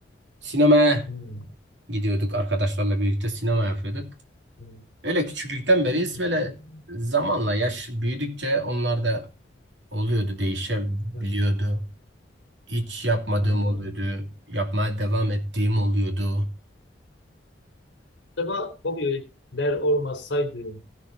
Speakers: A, on the right; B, on the left.
A: Sinemaya
B: Hmm,
A: gidiyorduk arkadaşlarla birlikte sinema yapıyorduk.
B: hmm,
A: Öyle küçüklükten beriyiz
B: hmm.
A: böyle zamanla yaş büyüdükçe onlar da oluyordu, değişebiliyordu.
B: Evet,
A: Hiç yapmadığım
B: he.
A: oluyordu, yapmaya devam ettiğim oluyordu.
B: Acaba hobiler olmasaydı